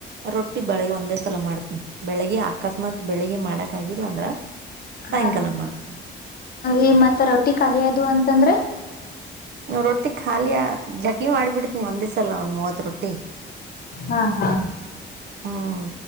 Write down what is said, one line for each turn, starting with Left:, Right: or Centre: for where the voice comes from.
Right: ರೊಟ್ಟಿ ಬೆಳಗ್ ಒಂದೇ ಸಲ ಮಾಡ್ತನಿ ಬೆಳಿಗ್ಗೆ ಅಕಸ್ಮಾತ್ ಬೆಳಿಗೆ ಮಾಡಕ್ ಆಗಲ್ಲ ಅಂದ್ರ ಸಾಯಂಕಾಲ
Left: ಹಾ ರೀ
Right: ಮಾಡ್
Left: ಈ ಮತ್ತ ರೊಟ್ಟಿ ಖಾಲಿಯದು ಅಂತಂದ್ರೆ
Right: ನ ರೊಟ್ಟಿ ಖಾಲಿ ಜಘೀ ಮಾಡಿಬಿಡ್ತವಿ ನೀ ಒಂದಿಸಲ್ಲ ಒಂದ ಮೂವತ್ ರೊಟ್ಟಿ
Left: ಹಾ ಹಾ
Right: ಹ್ಮ್